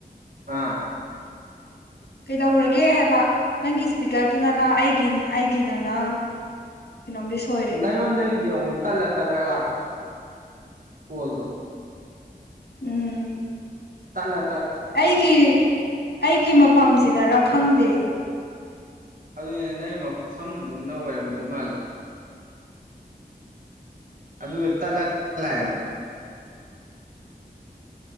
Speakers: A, on the right; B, on the left.
A: ꯑꯥ
B: ꯀꯩꯗꯧꯔꯒꯦ ꯍꯥꯏꯕ ꯅꯪꯒꯤ ꯏꯁꯄꯤꯀꯔꯗꯨꯅꯔ ꯑꯩꯒꯤ ꯑꯩꯒꯤꯅꯔ
A: <inaudible>
B: ꯀꯩꯅꯣꯝꯗꯤ ꯁꯣꯏꯔꯦ
A: ꯅꯉꯣꯟꯗꯒꯤꯗꯤ ꯑꯃꯨꯛ ꯇꯠꯂ ꯇꯠꯂꯒ ꯂꯥꯛꯄ ꯀꯣꯜꯗꯣ
B: ꯎꯝ
A: ꯇꯜꯂ
B: ꯑꯩꯒꯤ ꯑꯩꯒꯤ ꯃꯐꯝꯁꯤꯅꯔꯥ ꯈꯪꯗꯦ
A: ꯑꯗꯨꯅꯤ ꯅꯪ ꯃꯐꯝꯗꯨꯅ ꯑꯣꯏꯔꯝꯗꯣꯏ ꯃꯥꯜꯂꯤ ꯑꯗꯨꯗ ꯑꯦꯠꯇꯂꯂ